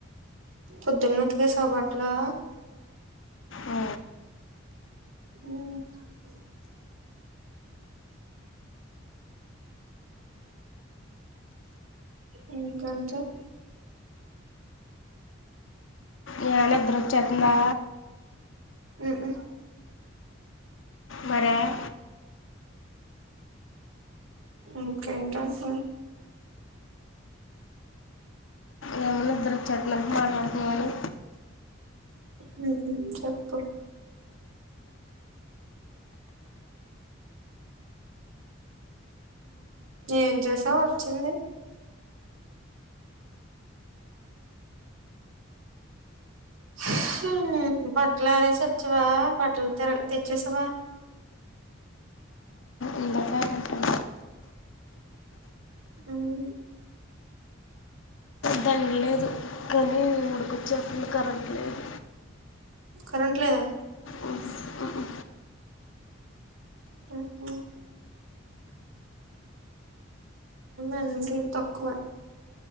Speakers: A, on the right; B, on the left.
A: పొద్దునుతికేశవ బట్టలు
B: "ఆ,
A: ఉమ్ ఉమ్ కొంచం
B: య నిద్రొచేతందా
A: ఉహామ్
B: మారేయ్
A: ఇంకెకస్
B: ఏమో నిద్రొచెతునట్టు మాట్లాడుత్నవని
A: మ్మ్ హ్మ్ చెప్పు ఏం చేసాం వచ్చింది హ్మ్ బట్టలు అరేసి వచ్చావా బట్టలు తెర తెచ్చేసావా
B: ఇందాక రసం
A: మ్మ్
B: దని లేదు కానీ ఉడుకొచ్చేతుంది కరెంట్ లేదు
A: కరెంట్ లేదా
B: ఉఓ
A: మ్మ్ హ్మ్ మ్మ్ <unintelligible> తక్కువ